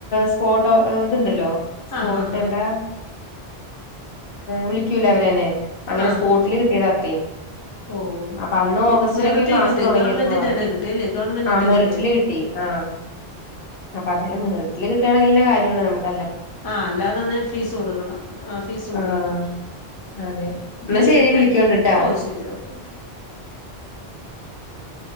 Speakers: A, on the left (about 60°); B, on the left (about 30°).
A: സ്പോട്ട് ഇതുണ്ടല്ലോ സ്പോർട്ട്
B: ആഹ് ഹാ ഹാ
A: എന്താ
B: ഹാ
A: വിളിക്കൂല അവരനേ അങ്ങനെ
B: ആഹ്
A: സ്പോട്ടില് കിട്ടിയതാ അത്രേ
B: ഓ
A: അപ്പൊ അന്ന്
B: ഓ
A: ഓഗസ്റ്റിലൊക്കെ
B: മെറിറ്റ്
A: ക്ലാസ്
B: കിട്ടി
A: തുടങ്ങിയതന്നാ
B: ഗവൺമെന്റിന്റെ
A: പറഞ്ഞ
B: തന്നെ കിട്ടി അല്ലേ ഗവൺമെന്റിന്റെ
A: ആഹ് മെറിറ്റില്
B: കിട്ടിയോ
A: കിട്ടി ആഹ് അപ്പൊ അതാല മെറിറ്റില് കിട്ട <unintelligible>
B: ആ അല്ലാതെന്ന ഫീസ് കൊടുക്കണം ആ ഫീസ് കൊടുക്കണം
A: ആഹ് അതെ എന്നാ
B: ബി
A: ശരി
B: എഡ്
A: വിളിക്കോണ്ട്ട്ടാ
B: ഓ ശരി ഓക്കെ <inaudible>